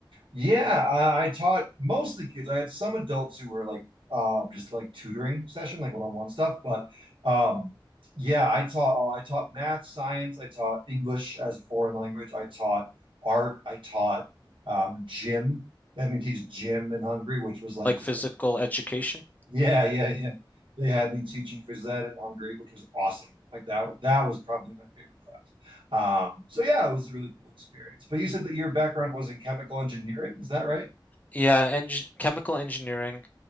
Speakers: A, on the right (about 70°); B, on the left (about 20°).
A: Yeah, I, I taught mostly kids. I had some adults who were like uh just like tutoring session, like one-on-one stuff, but um yeah, I taught uh, I taught math, science, I taught English as a foreign language, I taught art, I taught um gym. They had me teach gym in Hungary, which was like
B: like
A: just
B: physical education?
A: yeah, yeah, yeah. They had me teaching phys ed in Hungary, which was awesome. Like that that was probably my favorite class. Um so yeah, it was a really cool experience. But you said that your background was in chemical engineering, is that right?
B: Yeah, eng chemical engineering.